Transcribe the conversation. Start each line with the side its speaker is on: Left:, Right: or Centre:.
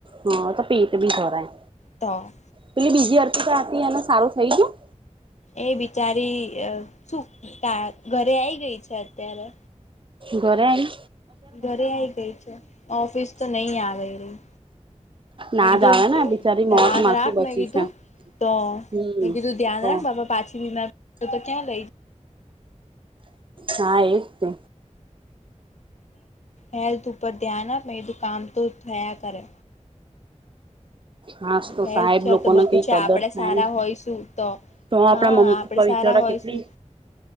Right: હા તો પેટ ભી ભરાય
Left: તો
Right: પેલી બીજી અરથ તો હતી અને સારું થઈ ગયું
Left: એ બિચારી શું ઘરે આવી ગઈ છે અત્યારે
Right: ઘરે આયી
Left: ઘરે આયી ગઈ છે ઓફિસ તો નહી આવી રહી મે
Right: ના
Left: કીધું
Right: જ આવે ને બિચારી
Left: ધ્યાન
Right: મોત માંથી
Left: રાખ
Right: બચી
Left: મે કીધું
Right: છે
Left: તો
Right: હમ
Left: મે કીધું ધ્યાન
Right: તો
Left: રાખ બાપા પાછી બીમાર તો ક્યાં લઈ
Right: હા એજતો
Left: હેલ્થ ઉપર ધ્યાન આપ એ તો કામ તો થયા કરે.
Right: હાસ તો
Left: હેલ્થ
Right: સાહેબ
Left: છે
Right: લોકો
Left: તો બધું
Right: ન કઈ
Left: છે
Right: કદર
Left: આપણે
Right: થાયને
Left: સારા હોયશું
Right: તો આપણા
Left: હા
Right: મમ્મી
Left: આપડે
Right: પપ્પા
Left: સારા
Right: વિચારા
Left: હોયશું
Right: કેટલી